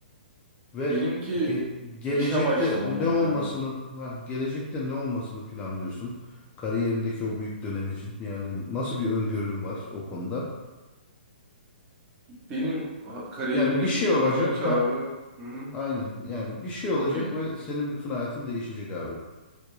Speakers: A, on the left (about 20°); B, on the right (about 25°).
A: Ve
B: Benimki
A: ge- gelecekte
B: işe başlamam
A: ne
B: oldu
A: olmasını
B: ya.
A: ha gelecekte ne olmasını planlıyorsun? Kariyerindeki o büyük dönemecin. Yani nasıl bir öngörün var o konuda?
B: Benim ha- kariyerimdeki
A: Yani bir şey olacak.
B: dönemin ki
A: Ha
B: abi. Hı hı.
A: aynen. Yani bir şey olacak
B: Okey.
A: ve senin bütün hayatın değişecek abi.